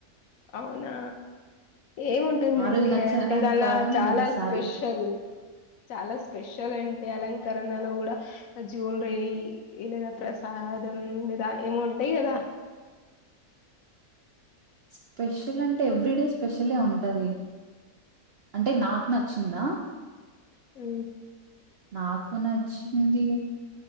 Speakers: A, on the left; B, on the right.
A: అవునా ఏముంటుందండి
B: ఆ రోజు నచ్చడానికి
A: అంటే దాండ్ల
B: కారణం
A: చాలా
B: ఏదో సారీ.
A: స్పెషల్ చాలా స్పెషల్ అం అలంకరణలో కూడా జ్యువలరీ లేదా ప్రసాదం లేదా ఏమో ఉంటాయి కదా
B: స్పెషల్ అంటే ఎవ్రీ డే స్పెషలే ఉంటది అంటే నాకు నచ్చిందా
A: ఊ
B: నాకు నచ్చింది